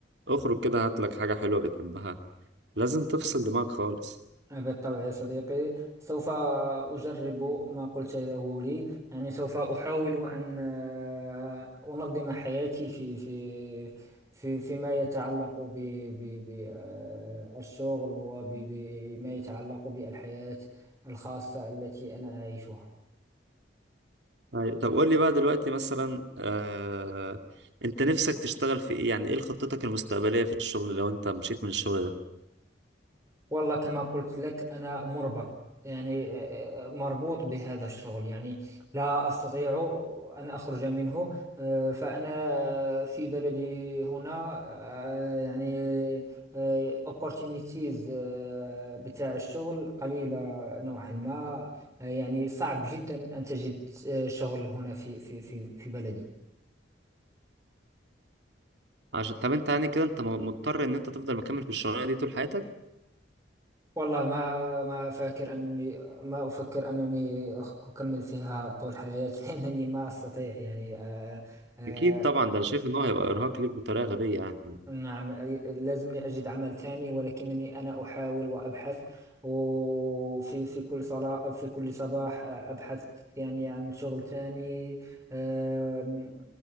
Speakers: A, on the right; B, on the right.
A: اخرج كده هات لك حاجة حلوة بتحبها لازم تفصل دماغك خالص
B: بالطبع يا صديقي سوف أجرب ما قلت له لي يعني سوف أحاول أن آه، أنظم حياتي في في في فيما يتعلق بالشغل وبما يتعلق بالحياة الخاصة التي أنا أعيشها
A: أيوة. طب قول لي بقى دلوقتي مثلا آه... انت نفسك تشتغل في ايه يعني ايه خطتك المستقبلية في الشغل لو انت مشيت من الشغل ده
B: والله كما قلت لك أنا مربط يعني آه، مربوط بهذا الشغل يعني لا أستطيع أن أخرج منه آه، فأنا في بلدي هنا آه، يعني آه، opportunities آه، بتاع الشغل قليلة نوعا ما آه، يعني صعب جدا أن تجد آه، شغل هنا في في في في بلدي
A: عشان طب انت يعني كده انت م- مضطر ان انت تفضل مكمل في الشغلانة دي طول حياتك
B: والله ما ما فاكر أنني ما أفكر أنني أخ- أكمل فيها طول حياتي <laughs> لأنني ما أستطيع يعني آه، آه،
A: اكيد طبعا ده انا شايف ان هو هيبقى ارهاق ليك بطريقة غبية يعني
B: نعم لازمني أجد عمل تاني ولكنني أنا أحاول وأبحث وفي في كل صلاة في كل صباح آه، أبحث يعني عن شغل تاني أم،